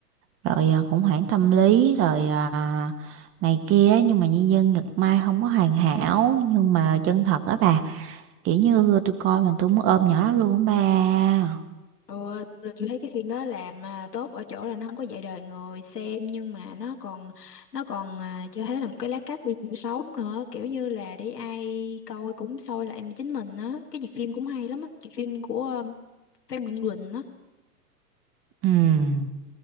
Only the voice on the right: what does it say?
rồi à, khủng hoảng tâm lý rồi à, này kia á. nhưng mà nhân dân Nhật Mai không có hoàn hảo nhưng mà chân thật á bà kiểu như tôi coi mà tôi muốn ôm nhỏ luôn á bà
Ừm,